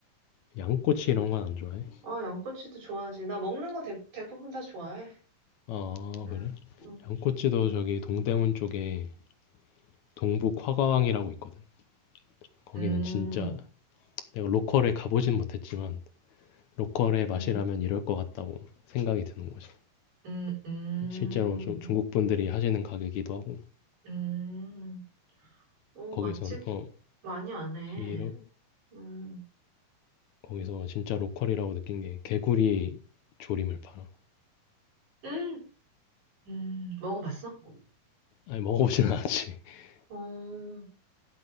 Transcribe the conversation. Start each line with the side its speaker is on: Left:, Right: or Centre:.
Left: 양꼬치 이런 건 안 좋아해?
Right: 아 양꼬치도 좋아하지. 나 먹는 거 대, 대부분 다 좋아해.
Left: 아
Right: 응.
Left: 그래?
Right: 응.
Left: 양꼬치도 저기 동대문 쪽에 동북 화가왕이라고 있거든. 거기는
Right: 음,
Left: 진짜 내가 로컬에 가보진 못했지만 로컬의 맛이라면
Right: 음,
Left: 이럴 것 같다고 생각이 드는 거지.
Right: 음, 음,
Left: 실제로 좀 중국 분들이 하시는 가게이기도 하고
Right: 음. 오,
Left: 거기선
Right: 맛집
Left: 어
Right: 많이 안 해.
Left: 이러
Right: 음,
Left: 거기서 진짜 로컬이라고 느낀 게 개구리 조림을 팔아.
Right: 음, 음. 먹어봤어?
Left: 아니 먹어보진 않았지. <laughs>
Right: 어,